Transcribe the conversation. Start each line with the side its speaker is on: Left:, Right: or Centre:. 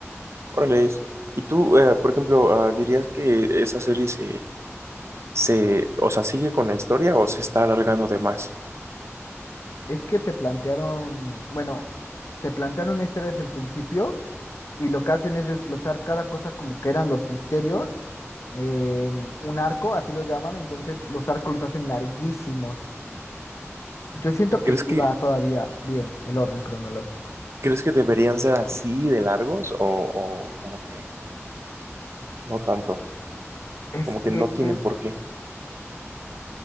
Right: Órale. Y tú, eh, por ejemplo, ah, ¿dirías que esa serie se, se, o sea, sigue con la historia o se está alargando de más?
Left: Es que te plantearon, bueno, te plantearon una historia desde el principio y lo que hacen es desglosar cada cosa como que eran los misterios en un arco, así lo llaman, entonces los arcos los hacen larguísimos. Yo siento
Right: ¿Y crees
Left: que sí
Right: que,
Left: va todavía bien el orden cronológico.
Right: crees que deberían ser así de largos o, o como que no tanto?
Left: Es
Right: Como que
Left: que
Right: no tienen
Left: eh,
Right: por qué.